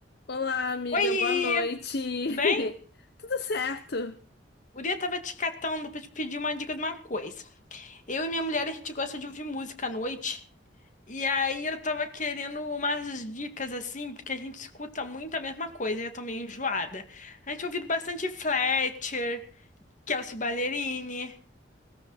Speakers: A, on the left; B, on the left.
A: Olá, amiga,
B: Oi,
A: boa noite. <laughs>
B: tudo bem?
A: Tudo certo?
B: Guria tava te catando pra te pedir uma dica de uma coisa. Eu e minha mulher, a gente gosta de ouvir música à noite. E aí eu tava querendo umas dicas assim, porque a gente escuta muito a mesma coisa e eu tô meio enjoada. A gente ouviu bastante Fletcher, Kelsea Ballerini.